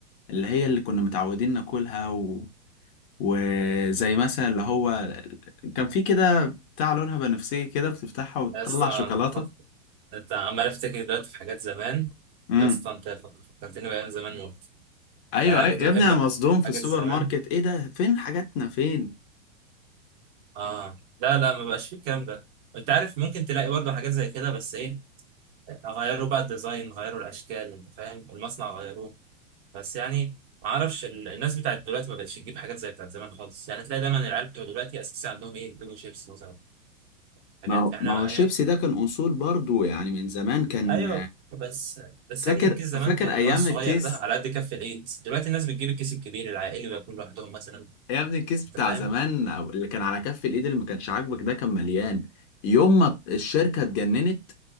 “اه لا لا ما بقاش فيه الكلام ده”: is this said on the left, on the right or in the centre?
Right